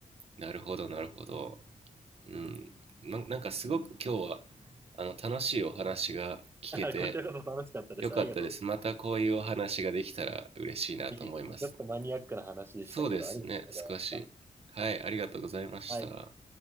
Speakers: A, on the right; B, on the right.
A: なるほど、なるほど。うん。な、なんかすごく今日は、あの、楽しいお話が聞けて
B: <laughs> こちらこそ楽しかったです。
A: よかったです。
B: ありがとう。
A: またこういうお話ができたら嬉しいなと思います。
B: ぜひぜひちょっとマニアックな話でしたけど、
A: そうですね、
B: ありがとうございました。
A: 少し。はい、ありがとうございました。
B: はい。